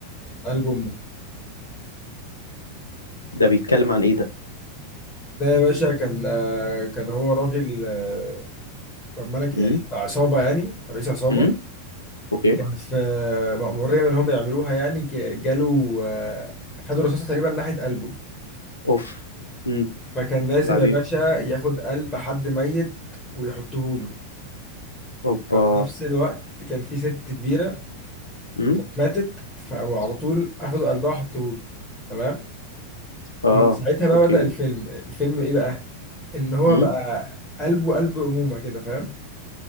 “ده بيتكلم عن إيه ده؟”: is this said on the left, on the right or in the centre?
Left